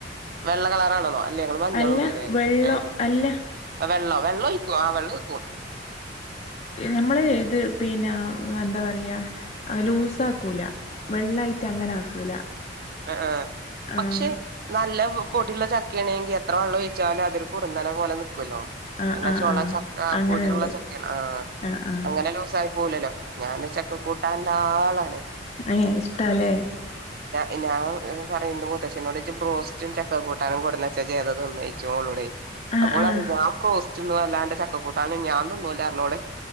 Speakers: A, on the right; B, on the left.
A: വെള്ള കളറാണെന്നോ അല്ല ഞങ്ങള് മഞ്ഞൾ
B: അല്ല
A: ഇടുലേ
B: വെള്ളം
A: ഏ
B: അല്ല
A: വെള്ളം വെള്ളം ഒഴിക്കും ആ വെള്ളം ഒഴിക്കും
B: ഞമ്മള് ഇത് പിന്നെ എന്താ പറയാ ലൂസ ആക്കൂല വെള്ളായിട്ട് അങ്ങനെ ആക്കൂല
A: ആ ആ
B: ആഹ്
A: പക്ഷെ നല്ല പൊടി ഉള്ള ചക്ക ആണെങ്കിൽ എത്ര വെള്ളം ഒഴിച്ചാലും അതെരു കുറുനനെ പോലെ ല്ലോ
B: ആഹ്
A: നല്ലാ
B: ആഹ്
A: ചോള
B: ആഹ്
A: ചക്ക
B: അങ്ങനെണ്ട്
A: പൊടിയുള്ള ചക്കാണ് ആ
B: ആഹ് ആഹ്
A: അങ്ങനെ ലൂസ ആയി പോവുലല്ലോ ഞാൻനെരു ചക്കകൂട്ടാന്റെ ആളാണ്
B: ഏ ഇഷ്ടല്ലേ
A: പിന്നെ ആ പറയന്റെ മുത്തച്ഛനോട് ബ്രോസ്റ്റും ചക്ക കൂട്ടാനും കെടന്ന് വെച്ചാ ഇജ് ഏതാ തിന്നാ ചോയിച്ചും ഓളോട്
B: ആഹ്
A: അപ്പോ ഒള്
B: ആഹ്
A: പറയും ഞാൻ ബ്രോസ്റ്റ് തിന്നും അല്ലാന്റെ ചക്കക്കൂട്ടാനും ഞാൻ തിന്നൂല പറഞ് ഓള്